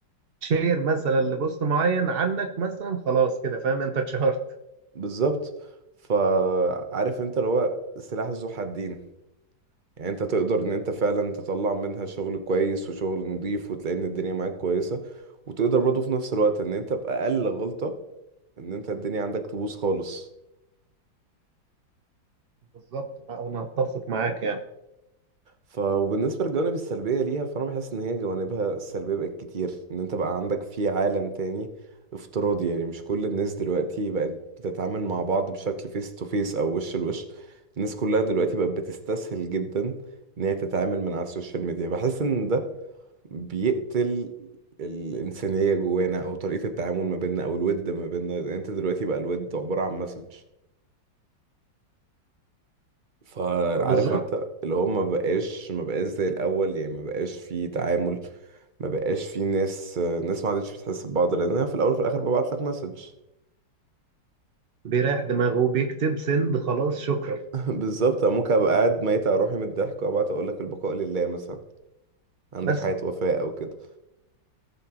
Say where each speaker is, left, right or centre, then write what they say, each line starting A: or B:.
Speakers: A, on the right; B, on the right.
A: شير مثلا لبوست معين عنك مثلا خلاص كده فاهم انت اتشهرت
B: بالظبط فعارف انت اللي هو سلاح ذو حدين يعني انت تقدر ان انت فعلا تطلع منها شغل كويس وشغل نظيف وتلاقي ان الدنيا معاك كويسة وتقدر برضه في نفس الوقت ان انت بأقل غلطة ان انت الدنيا عندك تبوظ خالص
A: بالظبط لا، انا اتفق معاك يعني
B: ف وبالنسبة للجوانب السلبية ليها فأنا بحس إن هي جوانبها السلبية بقت كتير إن أنت بقى عندك في عالم تاني افتراضي يعني مش كل الناس دلوقتي بقت بتتعامل مع بعض بشكل فيس تو فيس أو وش لوش الناس كلها دلوقتي بقت بتستسهل جدا إن هي تتعامل من على السوشيال ميديا بحس إن ده بيقتل الإنسانية جوانا أو طريقة التعامل ما بيننا أو الود ما بيننا لأن أنت دلوقتي بقى الود عبارة عن مسج فعارف
A: بالظبط
B: انت اللي هو ما بقاش ما بقاش زي الاول يعني ما بقاش في تعامل ما بقاش في ناس الناس ما عادتش بتحس ببعض لان انا في الاول وفي الاخر ببعت لك مسج
A: بيريح دماغه وبيكتب سند خلاص شكرا
B: <laughs> بالظبط أنا ممكن ابقى قاعد ميت على روحي من الضحك وابعت اقول لك البقاء لله مثلا عندك
A: مثلا
B: حياة وفاء او كده